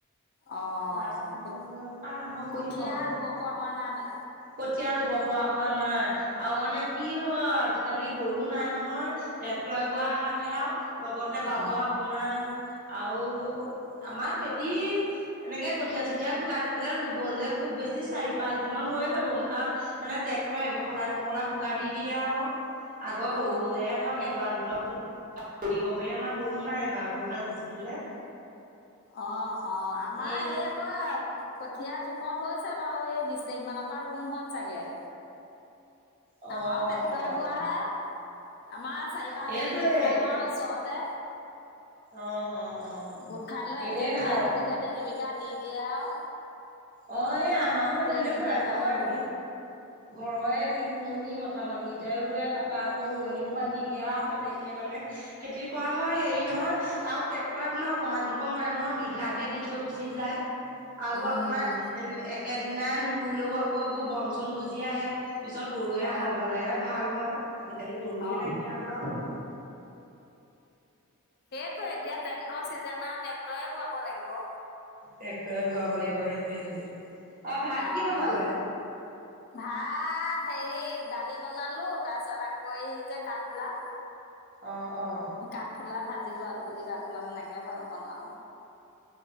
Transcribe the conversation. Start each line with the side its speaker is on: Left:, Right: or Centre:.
Left: অ'
Right: লাষ্ট মানলৈ পৰা আৰম্ভ কৰিব
Left: কঠীয়া
Right: আৰু
Left: ৰুব পৰা হোৱা নাই মানে?
Right: কঠীয়া ৰুব পৰা হোৱা নাই, আৰু মানে কি হয় আজিকালি গৰু নাই নহয়। ট্ৰেক্টৰে বোৱা হাল হে আও, লগতে বাব
Left: অ
Right: আপোনাৰ আও আমাৰ খেতি এনেকে কঠীয়া-চঠীয়া গোটাই থলে ৰুবলে খুব বেছি চাৰি পাঁচ দিনত হৈ যাব, কাৰণ মানে ট্ৰেক্টৰে এবখলা এবখলা বোকা দি দিয়ে আও। আগৰ গৰু
Left: অ
Right: বোলেহে ধৰক এডৰা-দুড <unintelligible> আমাৰ গৰু নাই এইবাৰ গৰু হাল বেছি দিলে।
Left: অ' অ' আমাৰ
Right: এ
Left: এই আকৌ ক কঠীয়া জোখত হৈছে বাও, এই বিশ তাৰিখ মানৰ পৰা ৰুমহত চাগে।
Right: অ
Left: আমাৰো ট্ৰেক্টৰে
Right: অ অ
Left: বোৱা হে আমাৰো চাৰি-পাঁচজনী
Right: সেইটোৱে
Left: গোট খাই লওঁ আও ওচৰতে।
Right: অ অ অ
Left: গোট খাই লৈ
Right: সেইটোৱে
Left: একেদিনাই
Right: ভাল
Left: দুবিঘা-তিনি বিঘা দি দিয়ে আও।
Right: অ' এই আমাৰো হয় তেনেকুৱাই
Left: কেইঘৰে পায়ৰো
Right: ঘৰত ঘৰৰে তিনিজনী মতা মানুহকেইটাই ৰুৱে, তাৰপা আকৌ ৰোৱনীও মাতি দিয়ে আৰু তেনেকে মানে। খেতি কৰা হয়, হেৰি নহয়। আৰু ট্ৰেক্টৰে আপোনাৰ অকমান দিব নোৱাৰে নহয়, বিঘাকে দি থৈ গুচি যায়। আৰু
Left: উম
Right: আপোনাৰ এ একেদিনাই নোৰুলেও আকৌ এইবোৰ বন-চন গজি আহে। পিছত গৰুৱে
Left: অ
Right: হাল বালেহে ভাল হয়, আজিকালি গৰুৱে
Left: অ
Right: নাইকিয়া হল আও।
Left: সেইটোয়ে এতিয়া ট্ৰেক্টৰ চিজন আও ট্ৰেক্টৰে বোৱাব লাগিব।
Right: ট্ৰেক্টৰে বোৱাব লাগিব, সেইটোৱে সেইটোৱে। অ ভাত
Left: অ'
Right: কি বনালে
Left: ভা তাত হেৰি দালি বনালো, তাৰ পিছত আকৌ এই যে কাঠফুলা।
Right: অঁ অঁ।
Left: কাঠফুলা ভাজিলো, আলুগুটি কাঠফুলা তেনেকে বনালো।